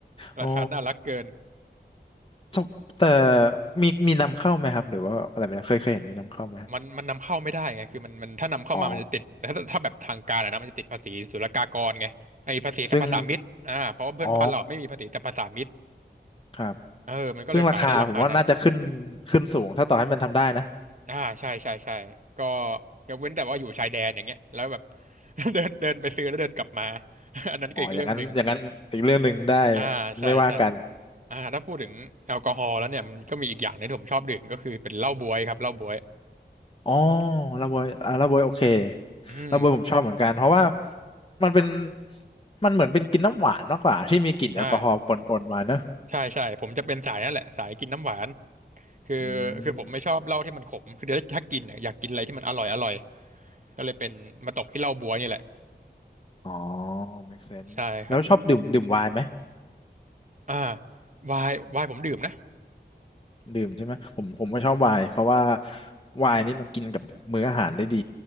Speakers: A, on the left; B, on the right.
A: อ๋อ
B: ราคาน่ารักเกิน
A: จบแต่มีมีนำเข้าไหมครับหรือว่าอะไรไหมเคยเคยเห็นมีนำเข้าไหม
B: มันมันนำเข้าไม่ได้ไงคือมันมันถ้านำเข้ามามันจะติดแต่ถ้าถ้าแบบทางการอะนะมันจะติดภาษีศุลกากรไงไอ้ภาษีสรรพสามิตอ่าเพราะว่าเพื่อนบ้านเราไม่มีภาษีสรรพสามิต
A: อ๋อซึ่งอ๋อครับ
B: เออมันก็เลยขายได้ราคานั้น
A: ซึ่งราคาผมว่าน่าจะขึ้นขึ้นสูงถ้าต่อให้มันทำได้นะ
B: อ่าใช่ใช่ใช่ก็ยกเว้นแต่ว่าอยู่ชายแดนอย่างเงี้ยแล้วแบบ <laughs> เดินเดินไปซื้อแล้วเดินกลับมา <laughs> อันนั้นก็อีกเรื่องหนึ่ง
A: อ๋ออย่างนั้นอย่างนั้นอีกเรื่องหนึ่งได้
B: อ่าใช่ใช่
A: ไม่ว่ากัน
B: อ่าถ้าพูดถึงแอลกอฮอล์แล้วเนี่ยมันก็มีอีกอย่างหนึงที่ผมชอบดื่มก็คือเป็นเหล้าบ๊วยครับเหล้าบ๊วย
A: อ๋อลาบวยอ่าลาบวยโอเค
B: อืม
A: ลาบอยผมชอบเหมือนกันเพราะว่ามันเป็นมันเหมือนเป็นกินน้ำหวานมากกว่าที่มีกลิ่นแอลกอฮอล์ปนๆมาเนอะ
B: อ่าใช่ใช่ผมจะเป็นสายนั่นแหละสายกินน้ำหวานคือคือผมไม่ชอบเหล้าที่มันขมคือเดี๋ยวถ้ากินเนี่ยอยากกินอะไรที่มันอร่อยอร่อย
A: อืม
B: ก็เลยเป็นมาตกที่เหล้าบ๊วยนี่แหละ
A: อ๋อ make sense
B: ใช่ครับ
A: แล้วชอบดื่มดื่มไวน์ไหม
B: อ่าไวน์ไวน์ผมดื่มนะ
A: ดื่มใช่ไหมผมผมก็ชอบไวน์เพราะว่าไวน์นี่มันกินกับมื้ออาหารได้ดี